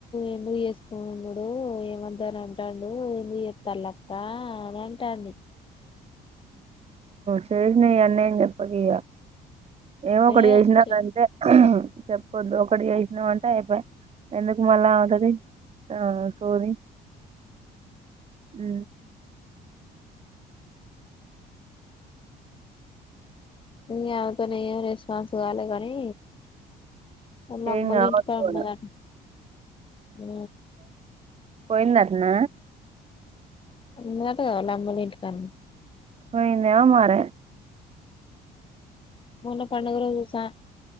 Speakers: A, on the left (about 30°); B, on the right (about 40°).
A: ఎందుకు చేస్తుడు ఏమద్ద అని అంటాడు ఎందుకు చేస్తా లక్క అని అంటాన్ని
B: శరి న అన్నే చెప్పకయా ఏమ ఒకటి
A: ఏ
B: చేసినాకంటే
A: చె
B: చెప్పొద్దు ఒకడికి చేసినామ అంటే అయిపోయి ఎందుకు మళ్ళా అవుతుది ఆ సోది అ
A: ఇగ ఆమెతోనే ఏం రెస్పాన్స్ కాాల కానీ వాళ్ళ అమ్మోల్లింటికడ
B: ఏం కావద్దు కూడా
A: ఉన్నదట అ
B: పోయిందాతన
A: ఉందట గ వల్ల అమ్మోల్లింటికడనే
B: పోయిందేమో మారే
A: మొన్న పండగ రోజు స